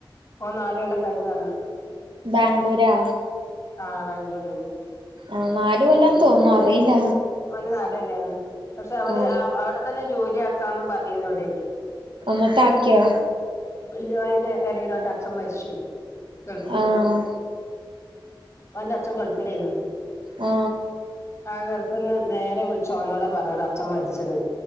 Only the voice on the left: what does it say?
ഓൻ നാലുകൊല്ലം കയിഞ്ഞ് വന്ന്
ആഹ് ബാംഗ്ലൂർ
ഓന് നാല് കൊല്ലെനി പക്ഷെ അവിടെ
അവിടെ തന്നെ ജോലി ആക്കാന്ന് പറഞ്ഞീനി ഒൽ
ഇല്ല അതിന്റെ എടിൽ ഓന്റെ അച്ഛൻ മരിച്ചോയി ഗൾഫില്
ഓന്റെ അച്ഛൻ ഗൾഫിൽലേനി
ആ ഗൾഫിന്ന് നേരെ വിളിച്ച് ഓനോടാ പറഞ്ഞത് അച്ഛൻ മരിച്ചത്